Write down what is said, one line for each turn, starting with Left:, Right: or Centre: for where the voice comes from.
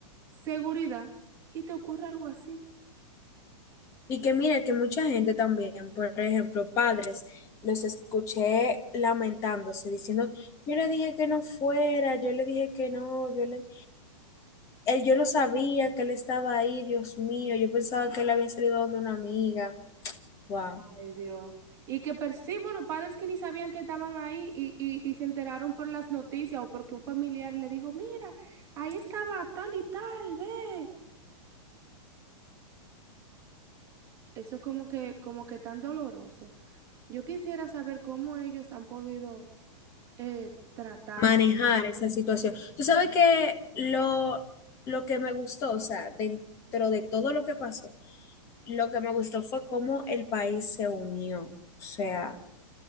Right: seguridad y te ocurra algo así.
Left: Y que mira que mucha gente también, por ejemplo, padres, los escuché lamentándose, diciendo, yo le dije que no fuera, yo le dije que no, yo le, él, yo no sabía que él estaba ahí, Dios mío, yo pensaba que él había salido donde una amiga. Wow.
Right: Ay, Dios. Y que per sí, bueno, padres que ni sabían que estaban ahí y, y, y se enteraron por las noticias o porque un familiar le dijo, mira, ahí estaba tal y tal, ve. Eso es como que, como que tan doloroso. Yo quisiera saber cómo ellos han podido eh, tratarse.
Left: Manejar esa situación. Tú sabes que lo, lo que me gustó, o sea, dentro de todo lo que pasó, lo que me gustó fue cómo el país se unió. O sea,